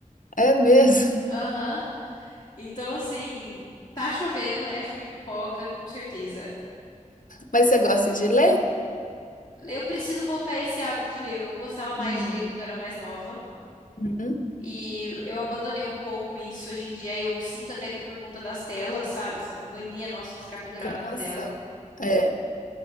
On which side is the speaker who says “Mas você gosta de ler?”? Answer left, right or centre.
Left